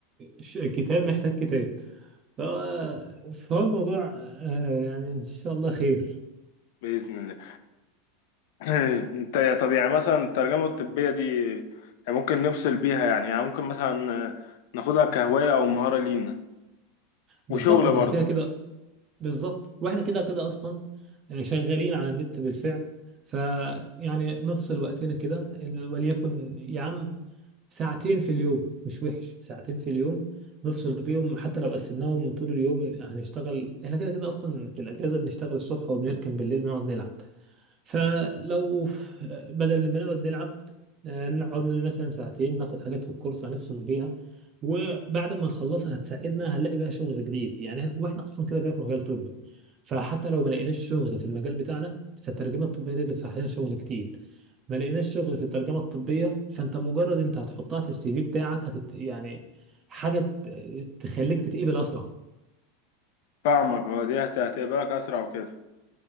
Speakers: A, on the right (about 35°); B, on the left (about 65°).
A: ش- كتاب محتاج كتاب آه، فهو الموضوع آه، يعني ان شاء الله خير
B: باذن الله <clears throat> انت يا- طب يعني مثلا الترجمه الطبيه دي يعني ممكن نفصل بيها يعني, يعني ممكن مثلا آه، ناخدها كهوايه او مهاره لينا
A: بالظبط
B: وشغل
A: ما
B: برضو
A: احنا كده كده بالظبط واحنا كده كده اصلا آه، شغالين على النت بالفعل فيعني نفصل وقتنا كده ال- وليكن يا عم ساعتين في اليوم مش وحش ساعتين في اليوم نفصل بيهم حتى لو قسمناهم طول اليوم هنشتغل احنا كده كده اصلا في الاجازه بنشتغل الصبح وبنركن بالليل بنقعد نلعب فلو ف- بدل ما نقعد نلعب آه، نقعد مثلا ساعتين ناخد حاجات في الكورس هنفصل بيها وبعد ما نخلصها هتساعدنا هنلاقي بقى شغل جديد يعني إحنا- واحنا اصلا كده كده في مجال طبي فحتى لو ما لقيناش شغل في المجال بتاعنا فالترجمه الطبيه دي بتفتح لنا شغل كتير ما لقيناش شغل في الترجمه الطبيه فانت مجرد انت هتحطها في السي في بتاعك هتت... يعني حاجه ت- تخليك تتقبل اسرع
B: فاهمك اه دي هت- هتقبلك اسرع وكده